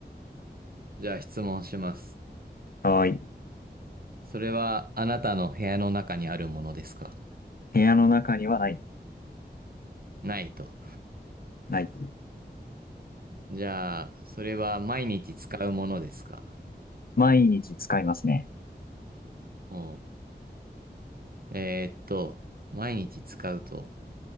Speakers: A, on the right; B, on the left.
A: じゃあ質問します。
B: はーい。
A: それはあなたの部屋の中にあるものですか
B: 部屋の中にはない、
A: ないと。
B: ない。
A: じゃあ、それは毎日使うものですか
B: 毎日使いますね。
A: おう。えーっと、毎日使うと。